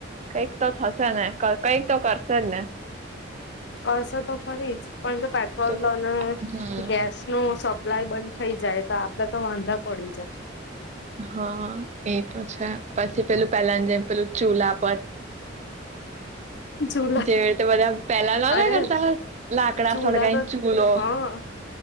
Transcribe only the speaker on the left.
કરસે તો ખરી જ. પણ જો પેટ્રોલ
અને
ગેસનું સ પ્લાઇ બંધ થઈ જાય તો, આપડે તો વાંધા પડી જાય.
ચૂલા
અરે
ચૂલા
તો
હા.